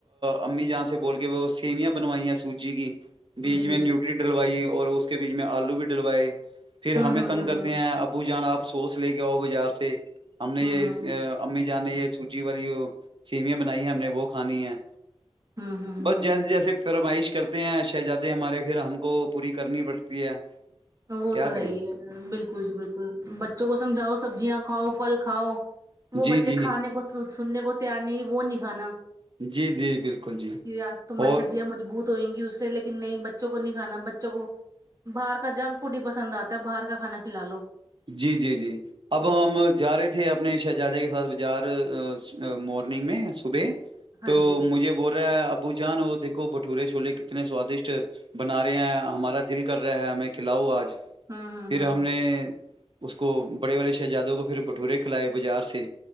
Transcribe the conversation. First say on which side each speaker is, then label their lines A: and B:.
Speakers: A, on the right; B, on the right.
A: امی جہاں سے بول کے وہ سیویاں بنوائیا سوج جی کی بیچ
B: جی
A: میں نیوٹری ڈلوائی اور اس کے بیچ میں آلو بھی ڈلوائے پھر
B: ہ
A: ہمیں
B: ہ
A: تنگ
B: ہ
A: کرتے
B: ہ
A: ہیں ابو جانا آپ سوس لے کے آؤ بازار سے ہم نے
B: ہ
A: یہ جانے ہے سوجی والی سیویا بنائی ہے ہم نے وہ کھانی ہے
B: ہ ہ
A: بس
B: ہ
A: جیسے جیسے پرمائش کرتے ہیں شہزادے ہمارے پھر ہم کو پوری کرنی پڑتی ہے
B: وہ
A: کیا
B: تو ہے
A: کریں
B: ہی بالکل جی بالکل بچوں کو سمجھاؤ سبزیاں کھاؤ پھل کھاؤ وہ
A: جی
B: بچے
A: جی
B: کھانے کو سننے کو تیار نہیں کہ وہ نہیں کھانا
A: جی جی بالکل جی
B: کہ یار تمہاری
A: اور
B: ہڈیاں مجبوت دوئیں گی اس سے لیکن نہیں بچوں کو نہیں کھانا بچوں کو باہر کا جنک فوڈ ہی پسند آتا ہے باہر کا کانا کھلا لو
A: جی جی جی اب
B: ہ
A: ہم جا رہے تھ تھے اپنے شہزادے کے ساتھ بجار مارننگ میں ب
B: ہاں
A: تو
B: جی
A: مجھے بول رہا ہے ابو جان اور دیکھو بھٹورے چھوولے کتنے سوادشٹ بنا رہے ہیں ہمارا دل کر رہے ہے ہمیں کھلاؤ آج
B: ہاں ہاں ہاں
A: پھر ہم نے اس کو بڑے والڑے شہزادوں کو پھر بھٹورے کھلائے بازار سے